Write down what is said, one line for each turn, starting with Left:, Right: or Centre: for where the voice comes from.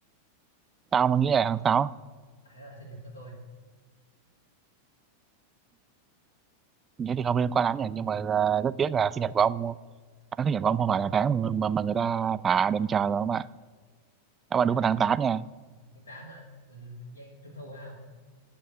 Right: tao mà nghĩ là tháng 6
Left: tại đó là sinh nhật của tôi
Right: thế thì không liên quan lắm nhỉ nhưng mà à, rất tiếc là sinh nhật của ông tháng sinh nhật của ông không phải là tháng mà, mà, mà người ta thả đèn trời rồi không ạ các bạn
Left: Thế,
Right: đúng vào tháng 8 nha
Left: tháng tám hả ừ, giây trung thu phải không